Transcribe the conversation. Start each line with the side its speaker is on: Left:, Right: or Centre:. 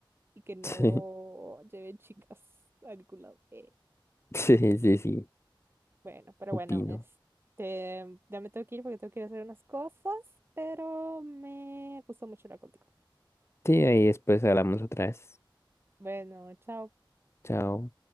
Right: y que no
Left: <laughs>
Right: lleven chicas a ningún lado. Eh,
Left: Sí, sí, sí, sí,
Right: Bueno, pero
Left: opino.
Right: bueno, este, ya me tengo que ir porque tengo que ir a hacer unas cosas, pero me gustó mucho hablar contigo.
Left: Sí, ahí después hablamos otra vez.
Right: Bueno, chao.
Left: Chao.